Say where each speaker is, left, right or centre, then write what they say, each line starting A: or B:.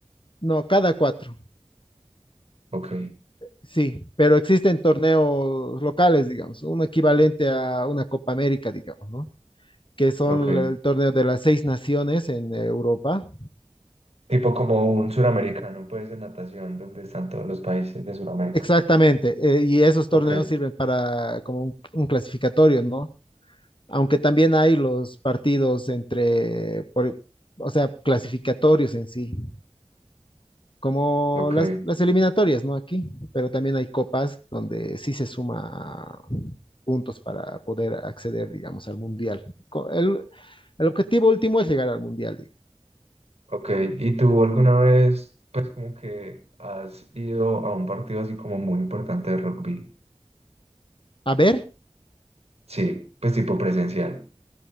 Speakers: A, on the left; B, on the right.
A: no, cada cuatro,
B: Ok,
A: sí, pero existen torneos locales, digamos, un equivalente a una Copa América, digamos, ¿no? Que son
B: ok.
A: el torneo de las seis naciones en Europa.
B: Tipo como un suramericano, pues en natación, donde están todos los países de Suramérica.
A: Exactamente, eh, y esos
B: Ok,
A: torneos sirven para como un, un clasificatorio, ¿no? aunque también hay los partidos entre, por- o sea, clasificatorios en sí, como
B: ok,
A: las, las eliminatorias, ¿no? Aquí, pero también hay copas donde sí se suma puntos para poder acceder, digamos, al mundial. Co- El, el objetivo último es llegar al mundial. digo.
B: ok. ¿Y tú alguna vez, pues como que has ido a un partido así como muy importante de rugby?
A: A ver,
B: Sí, pues tipo presencial.